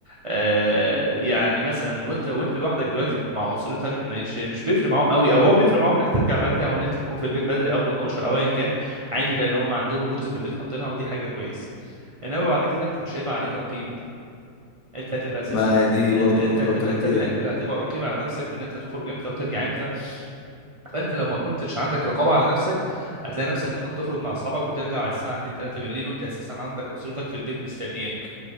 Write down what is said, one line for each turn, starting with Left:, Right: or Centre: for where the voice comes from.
Right: آه يعني مثلا وانت وانت لوحدك دلوقتي مع اسرتك مش مش بيفرق معاهم قوي او هو بيفرق معاهم انك ترجع بدري او ان انت تكون في البيت بدري قبل 12 او ايا كان عادي لان هم عندهم رولز في البيت حاطينها ودي حاجه كويسه انما بعد كده انت مش هيبقى عليك رقيب انت هتبقى اساسا
Left: ما دي
Right: انت انت
Left: برضو
Right: انت
Left: النقطة
Right: هتبقى
Left: اللي بتكلم
Right: انت
Left: فيها
Right: اللي انت اللي هتبقى الرقيب على نفسك في ان انت تخرج امتى وترجع امتى فانت لو ما كنتش عندك رقابه على نفسك هتلاقي نفسك ممكن تخرج مع اصحابك وترجع على الساعه 2 3 بالليل وانت اساسا عندك اسرتك في البيت مستنياك